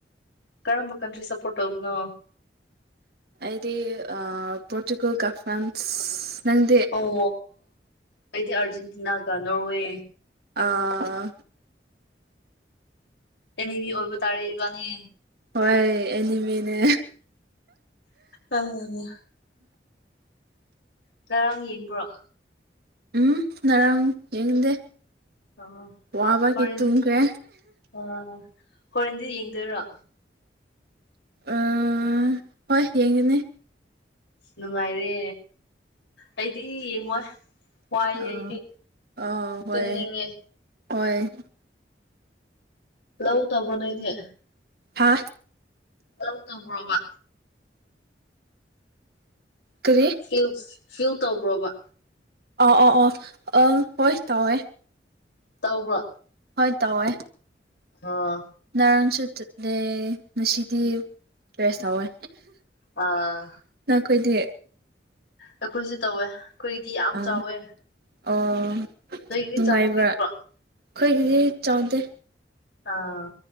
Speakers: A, on the left; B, on the right.
A: ꯀꯔꯝꯕ ꯀꯟꯇ꯭ꯔꯤ ꯁꯞꯄꯣꯔꯠ ꯇꯧꯕꯅꯣ
B: ꯍꯥꯏꯗꯤ ꯄꯣꯔꯇꯨꯒꯦꯜ ꯀ ꯐ꯭ꯔꯥꯟꯁ ꯅꯪꯗꯤ
A: ꯑꯣ ꯑꯩꯗꯤ ꯑꯔꯖꯦꯟꯇꯤꯅꯥꯒ ꯅꯣꯔꯋꯦ
B: ꯑꯥ
A: ꯑꯦꯅꯦꯃꯤ ꯑꯣꯏꯕ ꯇꯥꯔꯦꯕꯅꯤ
B: ꯍꯣꯏ ꯑꯦꯅꯤꯃꯤꯅꯦ
A: ꯑꯥ ꯉꯔꯥꯡ ꯌꯦꯡꯕ꯭ꯔꯣ
B: ꯎꯝ ꯉꯔꯥꯡ ꯌꯦꯡꯗꯦ
A: ꯑꯣ
B: ꯋꯥꯕ
A: ꯍꯣꯔꯦꯟ
B: ꯀꯦ ꯇꯈꯦ
A: ꯑ ꯍꯣꯔꯦꯟꯗꯤ ꯌꯦꯡꯗꯣꯏꯔꯣ
B: ꯑ ꯍꯣꯏ ꯌꯦꯡꯒꯅꯦ
A: ꯅꯨꯡꯉꯥꯏꯔꯦ ꯑꯩꯗꯤ ꯌꯦꯡꯉꯣꯏ ꯋꯥꯏꯌꯦ
B: ꯑꯥ
A: ꯑꯩꯗꯤ
B: ꯑꯥ
A: ꯇꯨꯝꯅꯤꯡꯉꯦ
B: ꯍꯣꯏ ꯍꯣꯏ
A: ꯂꯎ ꯇꯕꯣ ꯅꯩꯗ
B: ꯍꯥ
A: ꯑꯗꯨꯧ ꯇꯧꯕ꯭ꯔꯣꯕ
B: ꯀꯔꯤ
A: ꯐꯤꯜ ꯐꯤꯜ ꯇꯧꯕ꯭ꯔꯣꯕ
B: ꯑ ꯑ ꯑ ꯑꯪ ꯍꯣꯏ ꯇꯧꯋꯦ
A: ꯇꯧꯕ꯭ꯔꯣ
B: ꯍꯣꯏ ꯇꯧꯋꯦ
A: ꯑ
B: ꯉꯔꯥꯡꯁꯨ ꯆꯠꯂꯦ ꯉꯁꯤꯗꯤ ꯄ꯭ꯔꯦꯁ ꯇꯧꯋꯦ
A: ꯑꯥ
B: ꯑꯩꯈꯣꯏꯗꯤ
A: ꯑꯩꯈꯣꯏꯁꯨ ꯇꯧꯋꯦ ꯑꯩꯈꯣꯏꯗꯤ ꯌꯥꯝ
B: ꯑꯥ
A: ꯆꯥꯎꯋꯦ
B: ꯑꯣ
A: ꯑꯩꯗꯤ
B: ꯅꯨꯡꯉꯥꯏꯕ꯭ꯔꯥ
A: ꯆꯥꯎꯥꯕ ꯄꯤꯛꯄ꯭ꯔꯣ
B: ꯑꯩꯈꯣꯏꯒꯤꯗꯤ ꯆꯥꯎꯗꯦ
A: ꯑꯥ